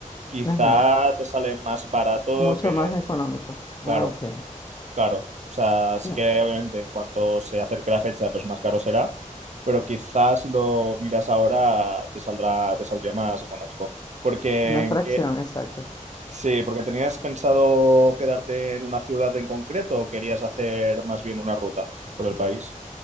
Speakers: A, on the right (about 60°); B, on the left (about 30°).
A: quizá
B: ajá,
A: te sale más barato
B: mucho
A: que,
B: más económico. Ah,
A: claro.
B: ok.
A: Claro, o sea, sí
B: la-
A: que obviamente en cuanto se acerque la fecha, pues más caro será, pero quizás si lo miras ahora te saldrá, te saldría más económico. Porque
B: una fracción,
A: en qué-
B: exacto.
A: sí, porque tenías pensado quedarte en una ciudad en concreto o querías hacer más bien una ruta por el país.